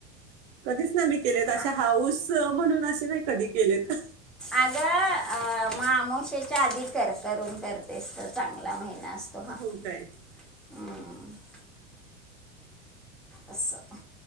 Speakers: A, on the right; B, in the centre.
A: कधीच नाय मी केलेत अशा
B: आ-
A: हाऊस म्हणून असे नाही कधी केलेत
B: अगं अ अं.. मग अमावस्येच्या आधी कर करून करतेस तर चांगला महिना <unintelligible>
A: हो काय
B: <inaudible> असं